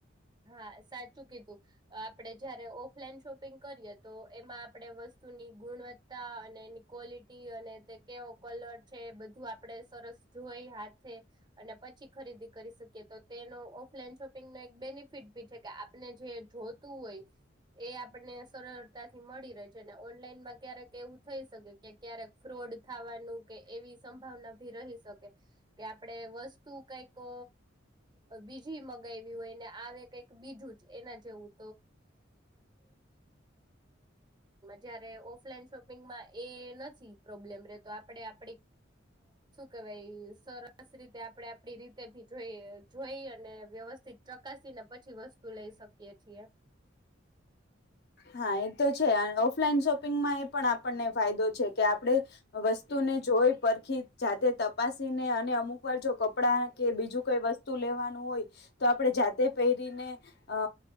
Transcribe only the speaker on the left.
હા એ તો છે ઓફલાઈન શોપિંગમાં એ પણ આપણને ફાયદો છે કે આપડે વસ્તુને જોઈ પરખી જાતે તપાસીને અને અમુક વાર જો કપડાં કે બીજું કોઈ વત લેવા હોય તો આપણેે જાતે પહેરીને અ